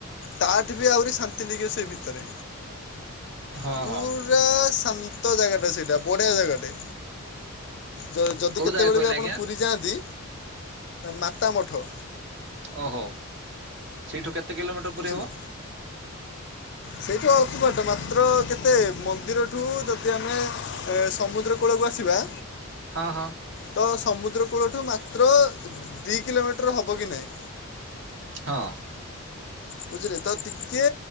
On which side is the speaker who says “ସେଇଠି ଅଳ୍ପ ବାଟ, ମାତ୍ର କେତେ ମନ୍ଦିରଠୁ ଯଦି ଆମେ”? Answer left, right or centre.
Left